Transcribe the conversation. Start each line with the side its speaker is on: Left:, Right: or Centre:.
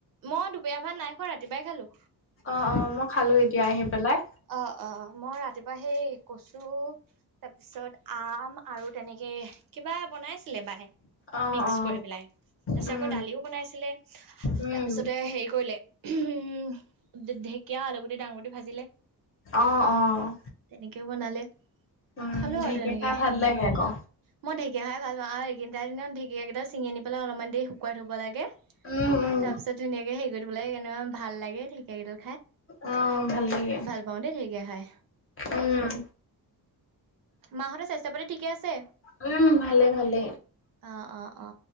Right: মই দুপৰীয়া ভাত নাই খোৱা ৰাতিপুৱাই খালো।
Left: অ অ মই খালো এতিয়া আহি পেলাই।
Right: অ অ মই ৰাতিপুৱা সেই কচু তাৰপিছত আম আৰু তেনেকে কিবা বনাইছিলে বাই।
Left: অ',
Right: মিক্স
Left: অ',
Right: কৰি পেলাই তাৰপিছত
Left: উম,
Right: আকৌ দালিও বনাইছিলে তাৰপিছতে
Left: উম,
Right: হেৰি কৰিলে উম ঢেকীয়া আলু গুটি ডাঙবদি ভাজিলে।
Left: অ', অ',
Right: তেনেকেও বনালে।
Left: উম,
Right: খালো
Left: ঢেঁকীয়া
Right: আৰু তেনেকে
Left: খাই ভাল লাগে আকৌ।
Right: মই ঢেকীয়া খাই ভাল পাও আৰু এইকেদিনত ঢেকীয়াকেইডাল চিঙি আনি পেলাই অলপমান দেৰি শুকুৱাই থ'ব লাগে,
Left: উম, উম,
Right: তাৰপিছত ধুনীয়াকে হেৰি কৰি দিব লাগে কেনেকোৱা ভাল লাগে। ঢেকীয়াকেইদাল
Left: অ ভাল লাগে।
Right: ব <inaudible> ওঁ দে থঠকে খাই
Left: উম।
Right: মাহঁতে স্বাস্থ্য পাতি ঠিকে আছে?
Left: উম, ভালে ভালে।
Right: অ অ অ